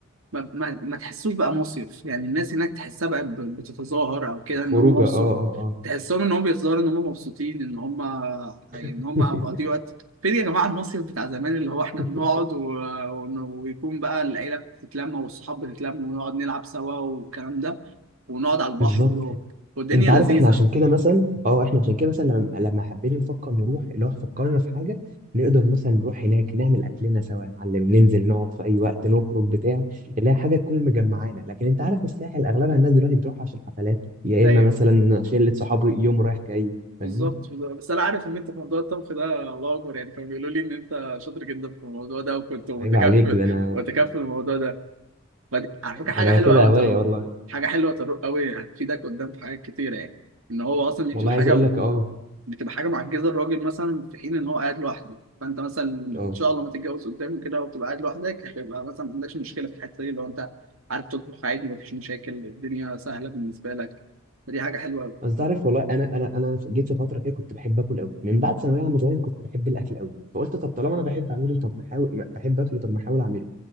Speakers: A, on the right (about 75°); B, on the right (about 40°).
A: ما, ما, ما تحسوش بقى مصيف يعني الناس هناك تحسها بقى ب- بتتظاهر او كده
B: خروجة
A: ان هم مبسوط
B: اه اه
A: تحسهم ان هم بيظهروا ان هم مبسوطين ان هم يعني ان
B: اه
A: هم بيقضيوا وقت فين يا جماعه المصيف بتاع زمان اللي هو احنا
B: <laughs>
A: بنقعد و... ون- ويكون بقى العيله بتتلم والصحاب بتتلم ونقعد نلعب سوا والكلام ده ونقعد على البحر
B: بالظبط
A: و... والدنيا
B: انت عارف
A: لذيذه
B: احنا عشان كده مثلا اه احنا عشان كده مثلا لما لما حبينا نفكر نروح اللي هو فكرنا في حاجه نقدر مثلا نروح هناك نعمل اكلنا سوا يا معلم ننزل نقعد في اي وقت نخرج بتاع اللي هي حاجه تكون مجمعانا لكن انت عارف الساحل اغلبها الناس دلوقتي بتروح عشان حفلات يا
A: ايوه
B: اما مثلا شله صحاب يوم رايح جاي فاهم
A: بالظبط بالظبط. بس انا عارف ان انت في موضوع الطبخ ده الله اكبر يعني كانوا بيقولوا لي ان انت شاطر جدا في الموضوع ده وكنت متكفل
B: عيب عليك ده انا
A: متكفل الموضوع ده ما دي- على فكره حاجه
B: انا
A: حلوه
B: واخدها
A: قوي يا
B: هوايه
A: طارق
B: والله
A: حاجه حلوه يا طارق قوي هتفيدك قدام في حاجات كتيره يعني ان هو اصلا دي
B: والله
A: بتبقى
B: عايز
A: حاجه
B: اقول لك اه
A: بتبقى حاجه معجزه الراجل مثلا في حين ان هو قاعد لوحده فانت مثلا
B: اه
A: ان شاء الله ما تتجوز قدام كده وتبقى قاعد لوحدك هتبقى مثلا ما عندكش مشكله في الحته دي لو انت عارف تطبخ عادي مفيش مشاكل الدنيا سهله بالنسبه لك فدي حاجه حلوه قوي
B: بس تعرف والله انا انا انا جيت في فتره كده كنت بحب اكل قوي من بعد ثانويه عامه زمان كنت بحب الاكل قوي فقلت طب طالما انا بحب اعمله طب ما احاول ما- بحب اكله طب ما احاول اعمله